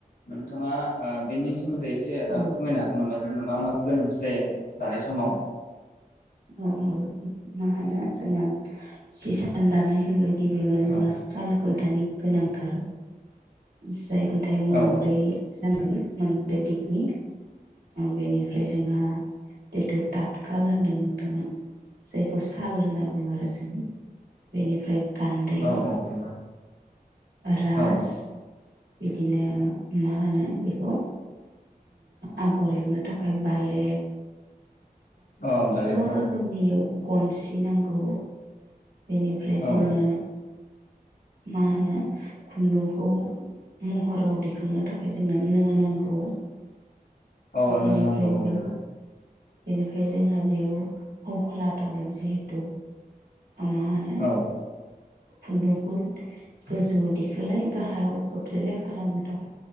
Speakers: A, on the left; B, on the right.
A: नोंथाङा। <unintelligible> सोमोन्दै एसे
B: औ
A: फोरमायनो हागोन नामा जोंनो मा मा। गोनांथि जायो दानाय समाव।
B: औ मा होनो जोंना हिसान दानाय होनबाय <unintelligible> गिबियावनो जोंङा
A: औ
B: सालखुन। खुन्थानि गोनांथार जाय। <unintelligible> ओमथाय मोनब्रै
A: औ
B: जानगोन। मोनब्रै दिगनि। बेनिफ्राय जोंहा। बेथ' टाकलालदाय न <unintelligible> जायखौ स। साल होनना बुङो आरो जों। बेनिफ्राय। गान्दै
A: औ औ नंगौ
B: रास।
A: औ
B: बिदिनो मा होनो बेखौ। आगर एरनो थाखाय बाले।
A: अ भालाय
B: रोखोमनि।
A: <unintelligible>
B: गनसि नांगौ। बेनिफ्राय जोंनो।
A: औ
B: मा होनो खुन्दुंखौ महराव दिखांनो थाखाय जोंनो नो नांगौ।
A: औ
B: बेनिफ्राय
A: नो नांगौ औ
B: बे
A: नंगौ।
B: बेनिफ्राय जोंहा। बेयाव हख्ला थागोन जेहेथु। मा होनो।
A: औ
B: खुन्दुंखौ गोजौआव दिखोलाय गाहायाव खोख्लैलाय खालामनो थाखाय।